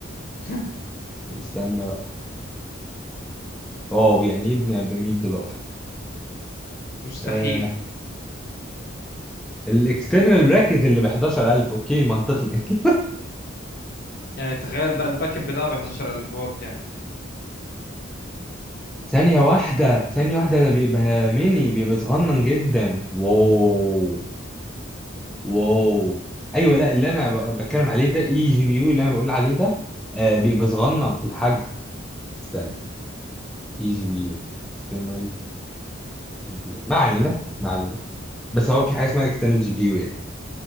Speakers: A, on the left (about 55°); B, in the centre.
A: <laughs>
B: استنى بقى واو يعني ايه ب 100 دولار
A: مستحيل
B: آه الاكسترنال براكت اللي ب 11000 اوكي منطقي <laughs>
A: يعني تخيل بقى الباك اب بتاعه ب 11000 هو بكام
B: ثانية واحدة ثانية واحدة ده بيبقى ميني بيبقى صغنن جدا واو واو ايوه لا اللي انا ب- بتكلم عليه ده اي جي بي يو اللي انا بقول عليه ده آه بيبقى صغنن في الحجم استنى اي جي بي يو اكسترنال جي بي يو ما علينا ما علينا بس هو في حاجه اسمها اكسترنال جي بي يو